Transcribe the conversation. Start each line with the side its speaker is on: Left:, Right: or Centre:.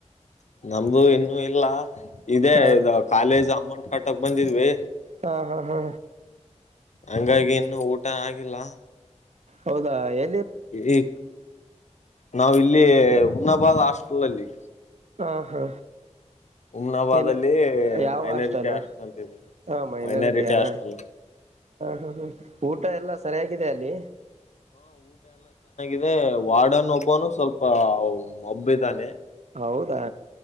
Left: ನಮ್ದು ಇನ್ನುೂ ಇಲ್ಲ ಇದೇ
Right: ಹ ಹಾ
Left: ಇದು ಕಾಲೇಜ್ ಅಮೌಂಟ್ ಕಟ್ಟಕಕ್ ಬಂದಿದ್ವಿ
Right: ಹಾ ಹಾ ಹಾ
Left: ಹಂಗಾಗಿ ಇನ್ನುೂ ಊಟ ಆಗಿಲ್ಲ
Right: ಹೌದಾ ಎ
Left: ಎ ನಾವವು ಇಲ್ಲಿ ಉಮ್ನಾಬಾದ್ ಹಾಸ್ಟೆಲ್ ಅಲ್ಲಿ
Right: ಹ ಹಾ
Left: ಉಮ್ನಾಬಾದ್
Right: ಏನ
Left: ಅಲ್ಲಿ
Right: ಯಾವ
Left: ಮೈನಾರಿಟಿ
Right: ಅಷ್ಟ ಅಲ್ಲ
Left: ಹಾಸ್ಟೆಲ್ ಅಂತಿದೆ
Right: ಹ ಮೈನಾರಿಟಿಯಾ
Left: ಮೈನಾರಿಟಿ ಹಾಸ್ಟೆಲ್
Right: ಹ ಹ ಹ ಊಟ ಎಲ್ಲ ಸರಿಯಾಗಿದೆ ಅಲ್ಲಿ
Left: ಆದ್ರೆ ವಾಡನ್ ಒಬ್ಬನು ಸ್ವಲ್ಪ ಮಬ್ಬಿದ್ದಾನೆ
Right: ಹೌದಾ